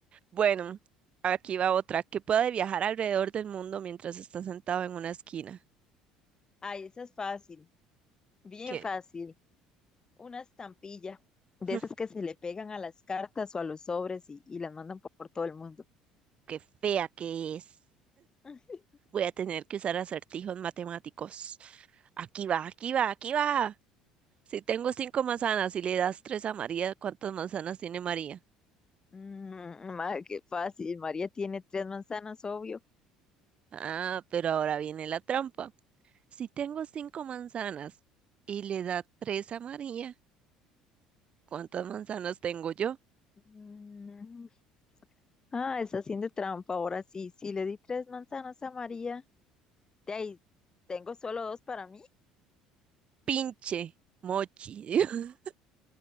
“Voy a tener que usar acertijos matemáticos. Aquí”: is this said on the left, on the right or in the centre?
Right